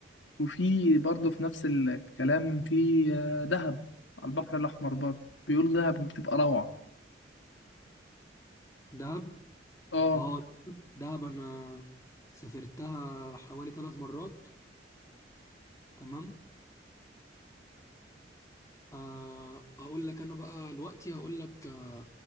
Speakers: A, on the left; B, on the left.
A: وفي برضه في نفس الكلام في آه، دهب على البحر الأحمر برضه بيقولوا دهب بتبقى روعة
B: دهب
A: آه
B: اه دهب دهب انا سافرتها حوالي ثلاث مرات تمام آه، اقول لك انا بقى دلوقتي هقول لك آه،